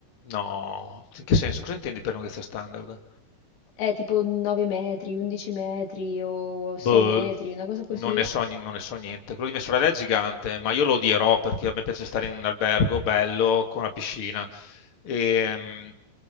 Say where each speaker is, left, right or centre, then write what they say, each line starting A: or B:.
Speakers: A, on the left; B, on the left.
A: No, in che senso? Cosa intendi per lunghezza standard?
B: Eh, tipo 9 metri, 11 metri o
A: Boh,
B: 6 metri, una cosa così.
A: non ne so, ni- non ne so niente. Quello di mia sorella è gigante, ma io lo odierò perché a me piace stare in un albergo bello con la piscina. Ehm,